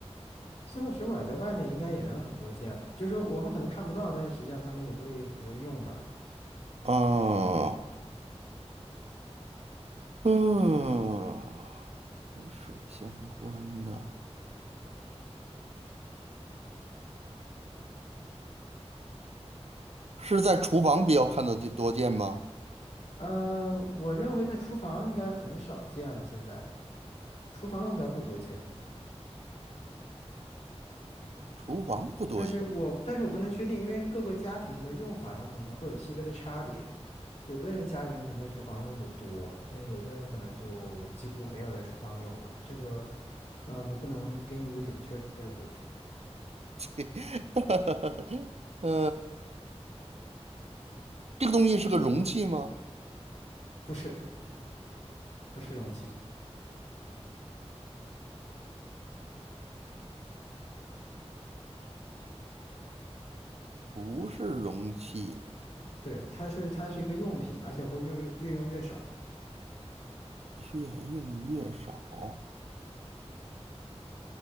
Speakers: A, on the left (about 85°); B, on the right (about 70°).
A: 塑料水管儿在外面应该也能很多见吧？就是说我们可能看不到，但是实际上他们也会很多用吧？
B: 啊，嗯，和水相关的，是在厨房比较看得见多见吗？
A: 呃，我认为在厨房应该很少见了，现在厨房应该不多见。
B: 厨房不多见，
A: 但是我但是我不能确定，因为各个家庭的用法上可能会有细微的差别。有的人家里面可能在厨房用的多，但有的人可能就几乎没有在厨房用了。这个，呃，我不能给你一个准确的回复。
B: <laughs> 嗯，这个东西是个容器吗？
A: 不是，不是容器，
B: 不是容器，
A: 对，它是它是一个用品，而且会越用越用越少。
B: 越用越少，